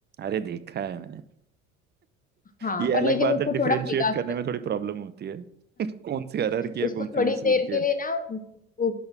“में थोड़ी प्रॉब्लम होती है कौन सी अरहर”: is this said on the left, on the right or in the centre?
Right